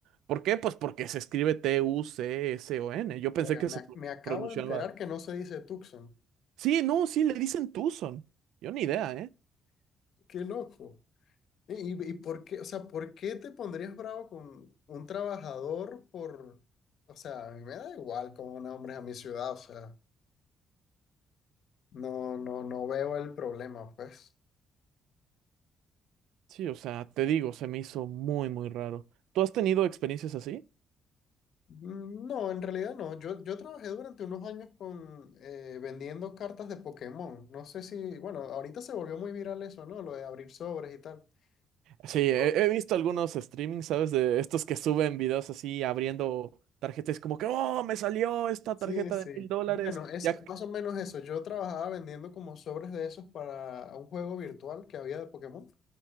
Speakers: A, on the right (about 85°); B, on the left (about 65°).
A: ¿Por qué? Pues porque se escribe T-U-C-S-O-N. Yo pensé
B: Oiga,
A: que
B: me,
A: se pro-
B: me acabo
A: pronunciaba.
B: de enterar que no se dice Tucson.
A: Sí, no, sí, le dicen Tucson. Yo ni idea, ¿eh?
B: ¡Qué loco! ¿Y, y por qué, o sea, por qué te pondrías bravo con un trabajador por, o sea, a mí me da igual cómo nombres a mi ciudad, o sea, no, no, no veo el problema, pues.
A: Sí, o sea, te digo, se me hizo muy, muy raro. ¿Tú has tenido experiencias así?
B: Mm, No, en realidad no. Yo, yo trabajé durante unos años con eh, vendiendo cartas de Pokémon. No sé si, bueno, ahorita se volvió muy viral eso, ¿no? Lo de abrir sobres y tal.
A: Sí,
B: Yo,
A: he, he visto algunos streamings, ¿sabes? De estos que suben videos así abriendo tarjetas, como que, oh, me salió esta
B: sí,
A: tarjeta
B: sí.
A: de mil dólares.
B: Bueno, es
A: Ya...
B: más o menos eso. Yo trabajaba vendiendo como sobres de esos para un juego virtual que había de Pokémon.